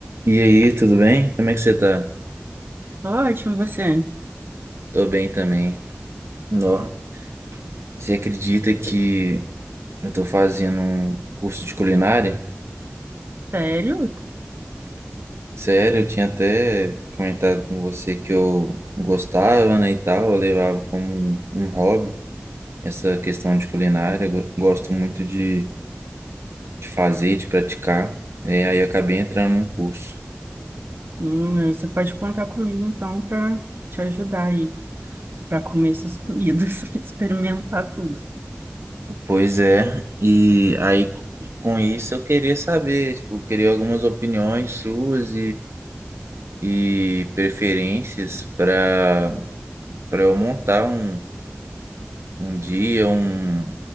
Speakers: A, on the right; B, on the right.
A: E aí, tudo bem? Como é que você tá?
B: Ótimo, você.
A: Tô bem também. Nó. Você acredita que eu tô fazendo um curso de culinária?
B: Sério?
A: Sério, eu tinha até comentado com você que eu gostava, né, e tal, eu levava como um, um hobby essa questão de culinária. Eu go- gosto muito de, de fazer, de praticar. É, aí eu acabei entrando num curso.
B: Hum, você pode contar comigo então para te ajudar aí, para comer essas comidas, <laughs> experimentar tudo.
A: Pois é, e aí com isso eu queria saber, tipo, eu queria algumas opiniões suas e preferências para para eu montar um, um dia, um,